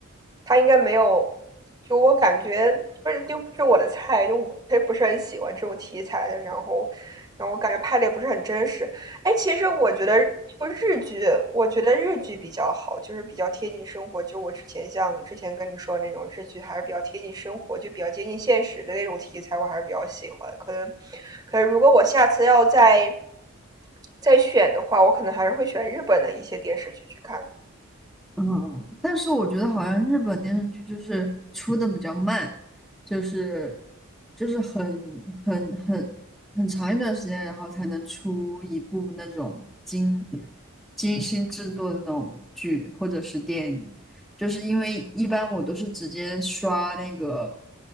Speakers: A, on the right (about 20°); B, in the centre.
A: 他应该没有，就我感觉不是就不是我的菜，就我不是不是很喜欢这种题材的。然后，然后我感觉拍的也不是很真实。哎，其实我觉得就日剧，我觉得日剧比较好，就是比较贴近生活。就我之前像之前跟你说的那种日剧，还是比较贴近生活，就比较接近现实的那种题材，我还是比较喜欢。可能，可能如果我下次要再再选的话，我可能还是会选日本的一些电视剧去看。
B: 嗯，但是我觉得好像日本电视剧就是出的比较慢，就是就是很很很很长一段时间，然后才能出一部那种精精心制作的那种剧或者是电影，就是因为一般我都是直接刷那个，